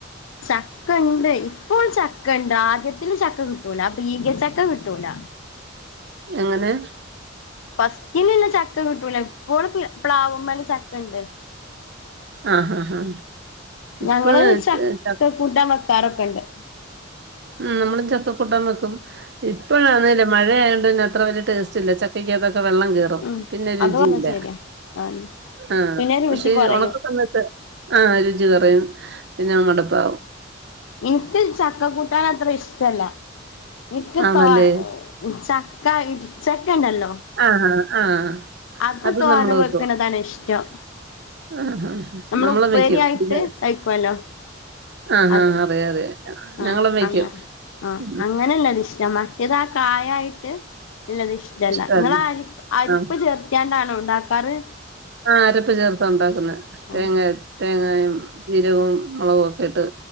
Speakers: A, on the left (about 85°); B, on the right (about 60°).
A: ചക്കണ്ട് ഇപ്പോൾ ചക്കണ്ട് ആദ്യത്തില് ചക്ക കിട്ടൂല ബീഗ ചക്ക കിട്ടൂല
B: എങ്ങനെ
A: ഫസ്റ്റിലിള്ള ചക്ക കിട്ടൂല ഇപ്പോൾ പ്ലാവമ്മേലെ ചക്ക ഉണ്ട്
B: ആഹ് ഹ ഹാ ഇപ്പഴ്
A: ഞങ്ങള് ചക്ക
B: ച
A: കൂട്ടാൻ വെക്കാറൊക്കെണ്ട്
B: ഉം നമ്മള് ചക്കക്കൂട്ടൻ വെക്കും ഇപ്പഴാണേളും മഴയായോണ്ട്ന്ന അത്ര വലിയ ടേസ്റ്റ് ഇല്ല ചക്കക്കാത്തക്കെ വെള്ളം കേറി <unintelligible>
A: ഉം
B: പിന്നെ രുചിയില്ല
A: അത് പറഞ്ഞ ശരിയാ ആഹ്
B: ആഹ്
A: പിന്നെ രുചി
B: പക്ഷേ
A: കുറയും
B: ഒണക്ക സമയത്ത് ആഹ് രുചി കൊറയും പിന്നെ മട്പ്പാവും
A: ഇൻക്ക് ചക്ക കൂട്ടാൻ അത്ര ഇഷ്ടല്ല ഇക്ക്
B: ആണല്ലേ
A: തോ ചക്ക ഇടിചക്കണ്ടല്ലോ
B: ആഹ് ആഹ്
A: അത് തോരൻ
B: നമ്മള് വെക്കും
A: വെക്കണതാണ് ഇഷ്ടം
B: ആഹ് ആഹ്
A: നമ്മള്
B: നമ്മളും
A: ഉപ്പേരി
B: വെക്കും
A: ആയിട്ട്
B: പിന്നെ
A: കഴിക്കുവല്ലോ
B: ആഹ്
A: അത്
B: ആഹാ അറിയാം അറിയാം
A: ആഹ്
B: ഞങ്ങളും വെക്കും
A: അങ്ങനെ ആഹ്
B: ഉം
A: അങ്ങനെള്ളത് ഇഷ്ട്ടാ മ റ്റേത് ആകായായിട്ട് ഇള്ളത് ഇഷ്ട്ടല്ല
B: ഇഷ്ടാണ്
A: നിങ്ങളാ അരിപ്പ് അരിപ്പ്
B: ആഹ്
A: ചേർത്ത് ട്ടാണോ ഉണ്ടാക്കാറ്
B: ആഹ് അരപ്പ് ചേർത്താ ഉണ്ടാക്കുന്നെ തേങ്ങ
A: ആഹ്
B: അര തേങ്ങായും ജീരകവും മുളകും ഒക്കെ ഇട്ട്